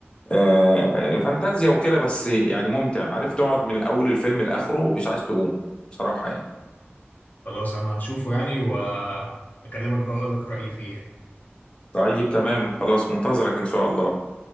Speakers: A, on the left; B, on the left.
A: آه فانتازيا وكده بس يعني ممتع عارف تقعد من الاول الفيلم لاخره مش عايز تقوم بصراحه يعني
B: خلاص انا هشوفه يعني واكلمك بقى اقول لك رأيي فيه يعني.
A: طيب تمام خلاص منتظرك ان شاء الله